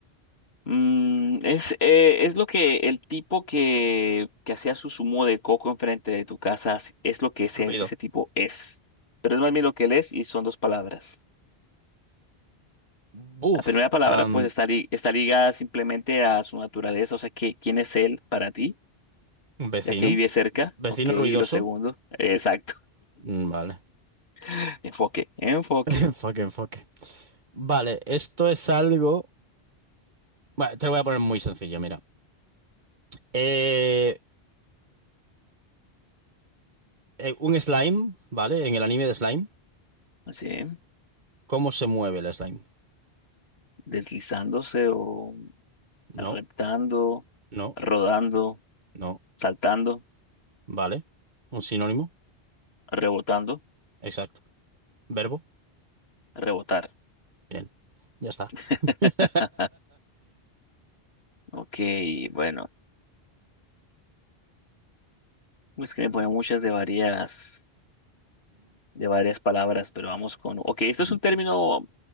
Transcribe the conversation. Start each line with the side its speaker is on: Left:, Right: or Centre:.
Left: Mm, es, eh, es lo que el tipo que, que hacía su zumo de coco enfrente de tu casa es es lo que ese,
Right: Ruido.
Left: ese tipo es. Pero es más bien lo que él es y son dos palabras.
Right: Buf.
Left: La primera palabra
Right: am,
Left: pues está, li- está ligada simplemente a su naturaleza, o sea, que, ¿quién es él para ti?
Right: vecino.
Left: Ya que vive cerca,
Right: Vecino
Left: ok, y
Right: ruidoso.
Left: lo segundo, eh, exacto,
Right: Mm, Vale.
Left: <laughs> enfoque, enfoque,
Right: <laughs> Enfoque, enfoque. Vale, esto es algo. Vale, te lo voy a poner muy sencillo, mira. Eh, eh, un slime, ¿vale? En el anime de slime,
Left: así,
Right: ¿cómo se mueve el slime?
Left: deslizándose o
Right: No,
Left: reptando,
Right: no,
Left: rodando,
Right: no.
Left: saltando,
Right: Vale. Un sinónimo.
Left: rebotando,
Right: Exacto. Verbo.
Left: rebotar.
Right: Bien. Ya está.
Left: <laughs>
Right: <laughs>
Left: Ok, bueno, es que me ponen muchas de varias, de varias palabras, pero vamos con... Ok, esto
Right: Mm,
Left: es un término,